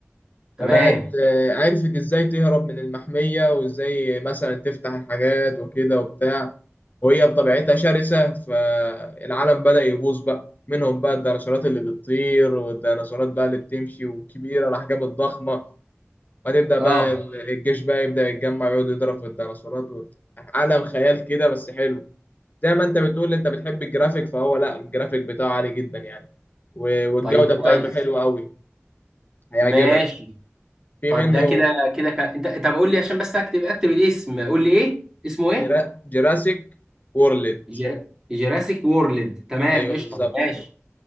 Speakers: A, on the right; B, on the left.
A: تمام
B: فبقت آه، عرفت إزاي تهرب من المحمية وإزاي مثلا تفتح الحاجات وكده وبتاع وهي بطبيعتها شرسة فالعالم بدأ يبوظ بقى منهم بقى الديناصورات اللي بتطير والديناصورات بقى اللي بتمشي وكبيرة الأحجام الضخمة فتبدأ
A: اه
B: بقى الجيش بقى يبدأ يتجمع يقعد يضرب في الديناصورات و... عالم خيال كده بس حلو زي ما انت بتقول انت بتحب الجرافيك فهو لا الجرافيك بتاعه عالي جدا يعني و- والجودة
A: طيب كويس
B: بتاعته حلوة قوي هيعجبك
A: ماشي
B: في
A: طيب
B: منه
A: ده كده كده ك... انت طب قول لي عشان بس اكتب اكتب الاسم قول لي ايه اسمه ايه
B: جرا... جراسيك وورلد
A: جرا... جراسيك وورلد تمام
B: ايوه
A: قشطه
B: بالظبط
A: ماشي
B: كده